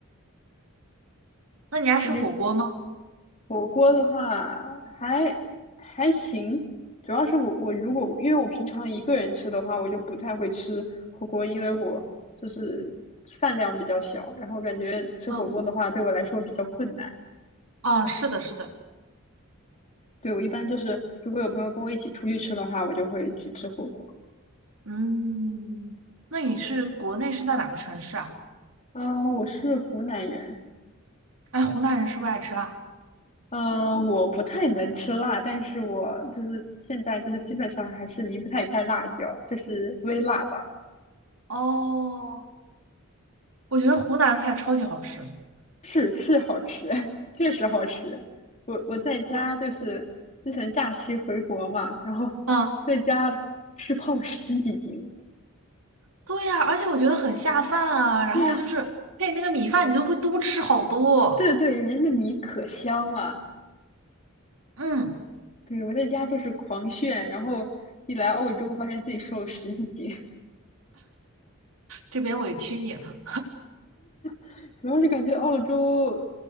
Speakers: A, on the right (about 70°); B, on the left (about 35°).
A: 那你爱吃火锅吗？
B: <laughs> 这就火锅的话还还行，主要是我我如果因为我平常一个人吃的话，我就不太会吃火锅，因为我就是饭量比较小，然后感觉吃火锅的话对我来说比较困难。
A: 嗯，哦，是的，是的。
B: 对，我一般就是如果有朋友跟我一起出去吃的话，我就会去吃火锅。
A: 嗯，那你是国内是在哪个城市啊？
B: 嗯、我是湖南人，
A: 哎，湖南人是不是爱吃辣？
B: 嗯、我不太能吃辣，但是我就是现在就是基本上还是离不太开辣椒，就是微辣吧。
A: 哦，我觉得湖南菜超级好吃。
B: 是是好吃，<laughs> 确实好吃。我我在家就是之前假期回国嘛，
A: 我，
B: 然后
A: 嗯，
B: 在家吃胖十几斤。
A: 对呀，而且我觉得很下饭啊。然后就是配那个米饭，
B: 对呀、
A: 你都会多吃好多。
B: 对对对，人家那米可香了。
A: 嗯
B: 对，我在家就是狂炫，然后一来澳洲发现自己瘦了十几斤，
A: 这边委屈你了。
B: <laughs> 主要是感觉澳洲